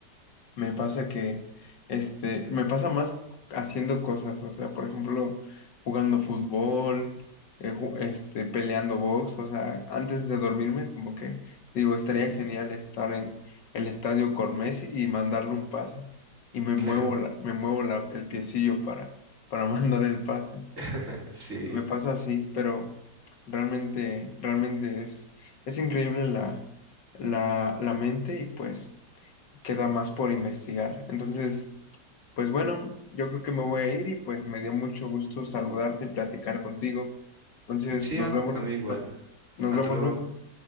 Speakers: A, on the left (about 80°); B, on the right (about 45°).
A: Me pasa que, este, me pasa más haciendo cosas, o sea, por ejemplo, jugando fútbol, eh, ju- este, peleando box, o sea, antes de dormirme, como que digo, estaría
B: Ujú,
A: genial estar en el estadio con Messi y mandarle un pase, y me
B: Claro,
A: muevo la, me muevo la- el piecillo para, para <laughs> mandar el pase.
B: <laughs> sí.
A: Me pasa así, pero realmente, realmente es, es increíble la, la, la mente y pues queda más por investigar. Entonces, pues bueno, yo creo que me voy a ir y pues me dio mucho gusto saludarte y platicar contigo. Entonces,
B: Sí,
A: nos
B: a
A: vemos,
B: a mí igual.
A: nos
B: Hasta
A: vemos
B: luego.
A: luego.